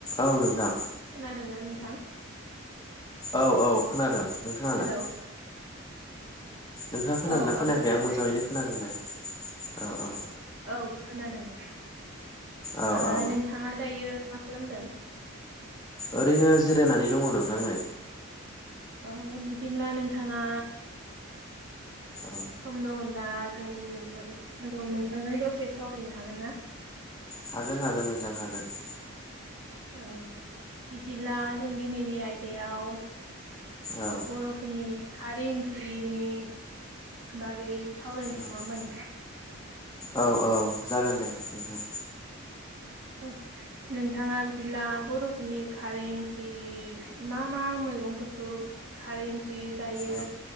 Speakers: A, on the left; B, on the right.
A: औ नोंथां
B: खोनादोंना नोंथां?
A: औ औ खोनादों नोंथाङालाय
B: हेलौ
A: नोंथाङा खोनादोंना
B: औ
A: खोनायाखै
B: आंबो दासो
A: आं मोजाङैनो खोनादों दे औ औ
B: औ खोनादों नोंथां
A: औ औ
B: नोंथाङा दायो मा खालामदों
A: ओरैनो जिरायनानै दङ नोंथां
B: अ बिदिब्ला नोंथाङा
A: औ
B: सम दङब्ला जों नोंथां द नोंथांजों दसे सावरायनो हागोन ना?
A: हागोन हागोन नोंथां हागोन
B: औ बिदिब्ला जों दिनैनि आयदायाव
A: औ
B: बर' नि खारै ओंख्रिनि बागै सावरायनोसै
A: औ
B: नङाामा नोंथां
A: औ औ जागोन दे नोंथां
B: <inaudible> नोंथाङा बिदिब्ला बर'फोरनि खारै ओंख्रि मा मा मैगंफोरखौ खारै ओंख्रि जायो
A: औ